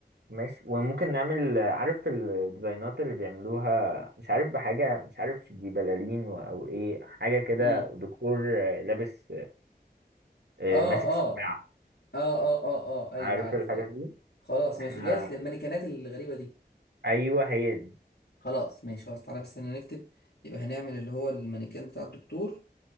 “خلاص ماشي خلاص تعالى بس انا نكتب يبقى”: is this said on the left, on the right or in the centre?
Left